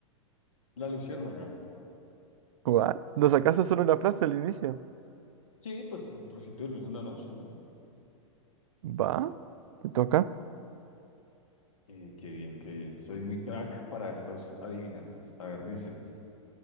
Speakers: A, on the left; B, on the right.
A: La luciérnaga.
B: ¿What? ¿Lo sacaste solo la frase al inicio?
A: Sí, pues el trocito de luz en la noche, ¿no?
B: ¿Va? ¿Te toca?
A: Eh, qué bien, qué bien. Soy muy crack para estas adivinanzas. A ver, dice.